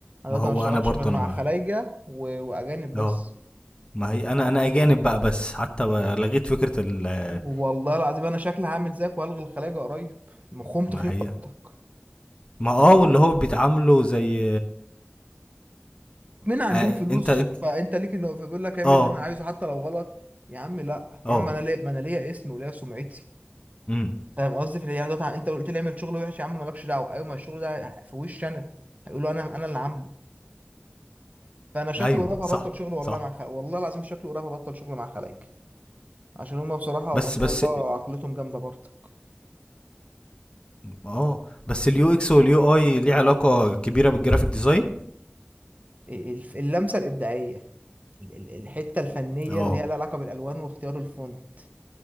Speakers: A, on the right (about 40°); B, on the left (about 25°).
A: انا
B: ما
A: دلوقتي
B: هو
A: ما بشتغلش
B: انا برضه
A: غير مع
B: انا ما
A: خلايجه و... واجانب بس
B: اه ما هي انا انا اجانب بقى بس حتى لغيت فكره ال ال-
A: والله العظيم انا شكلي هعمل زيك والغي الخلاجه قريب مخهم تخين
B: ما هي
A: برضك
B: ما اه واللي هو بيتعاملوا زي
A: من عندهم
B: آه
A: فلوس
B: انت انت
A: فانت ليك اللي هو فبيقول لك اعمل
B: اه
A: اللي انا عايزه حتى لو غلط يا عم لا
B: اه
A: يا عم انا ليا ما انا ليا اسمي وليا سمعتي
B: امم
A: فاهم قصدي في الايام دوت انت قلت لي اعمل شغل وحش يا عم مالكش دعوه ايوه ما الشغل ده في وشي انا هيقولوا انا انا اللي عامله فانا شكله
B: ايوه
A: قريب هبطل
B: صح
A: شغل والله
B: صح
A: مع خ... والله العظيم شكله قريب هبطل شغل مع خلايك عشان هم بصراحه
B: بس
A: ما شاء
B: بس
A: الله عقلتهم جامده برضك
B: اه بس اليو اكس واليو اي ليه علاقه كبيره بالجرافيك ديزاين
A: الف- اللمسة الإبداعية ال- ال- الحتة الفنية
B: اه
A: اللي هي لها علاقة بالألوان واختيار الفونت